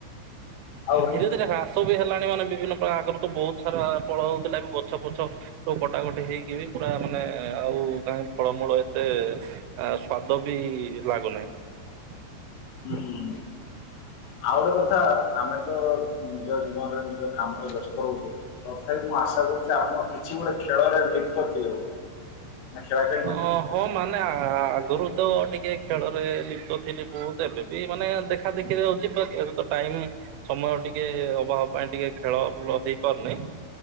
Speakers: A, on the left (about 80°); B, on the right (about 80°).
A: ଆଉ
B: ହୁଁ ରେ ହ୍ରାସ ବି ହେଲାଣି ମାନେ ବିଭିନ୍ନ ପ୍ରକାର ଆଗରୁ ତ ବହୁତ ସାରା ଫଳ ହଉଥିଲା ବି ଗଛ ପଛ। ତ କଟାକଟି ହେଇକି ବି ପୁରା ମାନେ ଆଉ କାହିଁ ଫଳମୂଳ। ତେ ସ୍ୱାଦ ବି ଲାଗୁନାହିଁ
A: ହୁଁ ହୁଁ ଆଉ ଗୋଟେ କଥା ଆମେ ତ ନିଜ ଜୀବନରେ ନିଜ କାମରେ ବ୍ୟସ୍ତ ରହୁଛେ ତଥାପି ମୁଁ ଆଶା କରୁଛି ଆପଣ କିଛି ଗୋଟେ ଖେଳରେ ଲିପ୍ତଥିବେ ବୋଧେ ମଁ ଖେଳ ଖ
B: ଅ ହଁ ମାନେ ଆଗରୁ ତ ଟିକେ ଖେଳରେ ଲିପ୍ତ ଥିଲି ବହୁତ ଏବେ ବି ମାନେ ଦେଖା ଦେଖିରେ ହଉଛି ମାନେ ଖେ ତ ଟାଇମ ସମୟ ଟିକେ ଅଭାବ ପାଇଁ ଟିକେ ଖେଳ ବୁଲ ହେଇପାରୁନି